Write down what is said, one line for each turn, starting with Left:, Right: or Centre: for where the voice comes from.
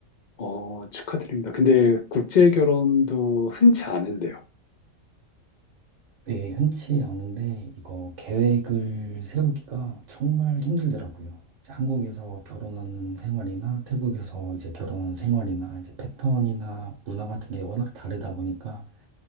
Left: 어 축하드립니다. 근데 국제 결혼도 흔치 않은데요.
Right: 네, 흔치 않은데 이거 계획을 세우기가 정말 힘들더라고요. 이제 한국에서 결혼하는 생활이나 태국에서 이제 결혼하는 생활이나 이제 패턴이나 문화 같은 게 워낙 다르다 보니까